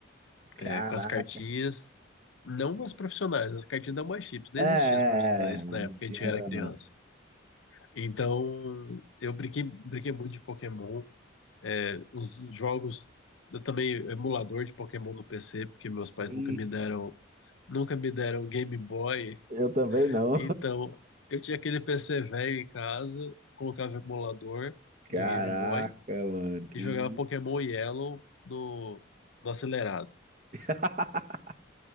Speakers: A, on the right; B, on the left.
A: Caraca.
B: é, com as cartinhas, não as profissionais, as cartinhas da My Chips, não
A: É,
B: existiam
A: é,
B: as profissionais
A: é, não
B: na época
A: tinha
B: que a gente
A: ainda
B: era criança.
A: não.
B: Então, eu brinquei, brinquei muito de Pokémon. É, Os jogos, eu também emulador de Pokémon no PC, porque meus pais
A: Ih,
B: nunca me deram, nunca me deram Game Boy.
A: eu também não.
B: Então, eu tinha aquele PC velho em casa, colocava o emulador do
A: Caraca,
B: Game Boy
A: mano, que.
B: e jogava Pokémon Yellow no, no acelerado.
A: <laughs>